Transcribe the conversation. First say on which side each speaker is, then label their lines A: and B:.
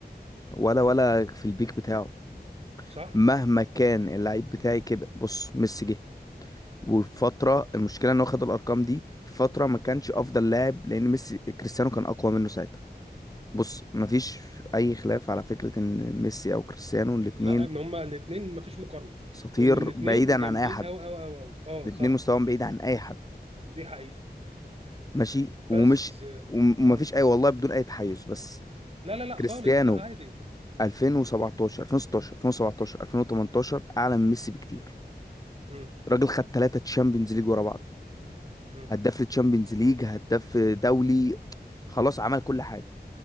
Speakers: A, on the left; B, on the right.
A: ولا ولا في البيك بتاعه
B: صح
A: مهما كان اللعيب بتاعي كبر بص ميسي جه وفي فترة المشكلة ان هو خد الارقام دي في فترة ما كانش افضل لاعب لان ميسي كريستيانو كان اقوى منه ساعتها بص مفيش اي خلاف على فكرة ان ميسي او كريستيانو الاتنين
B: لا ان هما الاثنين مفيش مقارنه
A: اساطير
B: وان الاثنين
A: بعيدا
B: جامدين
A: عن اي حد
B: قوي قوي قوي قوي اه
A: الاتنين
B: صح
A: مستواهم بعيد عن اي حد
B: دي حقيقه
A: ماشي ومش
B: بس
A: وم- ومفيش
B: مم.
A: اي والله بدون اي تحيز بس
B: لا لا لا
A: كريستيانو
B: خالص لا عادي
A: 2017 2016 2017 2018 اعلى من ميسي بكتير
B: مم.
A: راجل خد ثلاثة تشامبيونز ليج ورا بعض
B: مم.
A: هداف للتشامبيونز ليج هداف دولي خلاص عمل كل حاجة